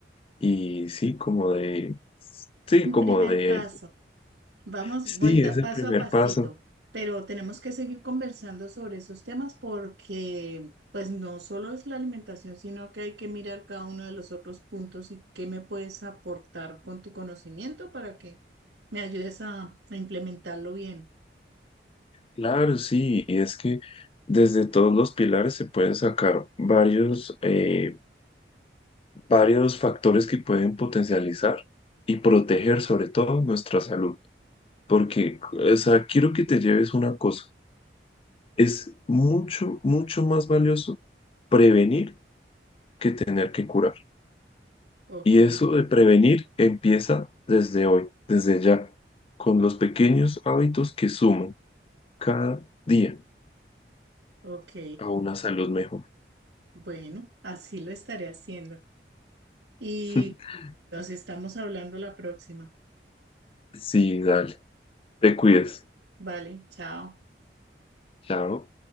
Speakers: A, on the left (about 30°); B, on the right (about 85°).
A: y sí, como de, sí,
B: Un
A: como
B: primer
A: de,
B: paso. Vamos,
A: sí,
B: voy da
A: es el
B: paso
A: primer
B: a pasito,
A: paso.
B: pero tenemos que seguir conversando sobre esos temas porque pues no solo es la alimentación, sino que hay que mirar cada uno de los otros puntos y qué me puedes aportar con tu conocimiento para que me ayudes a, a implementarlo bien.
A: Claro, sí, y es que desde todos los pilares se pueden sacar varios, eh, varios factores que pueden potencializar y proteger sobre todo nuestra salud. Porque, o sea, quiero que te lleves una cosa. Es mucho, mucho más valioso prevenir que tener que curar.
B: Ok,
A: Y eso de prevenir empieza desde hoy, desde ya, con los pequeños hábitos que suman cada día
B: ok.
A: a una salud mejor.
B: Bueno, así lo estaré haciendo. Y
A: <laughs>
B: nos estamos hablando la próxima.
A: Sí, dale. Te cuides.
B: Vale, chao.
A: Chao.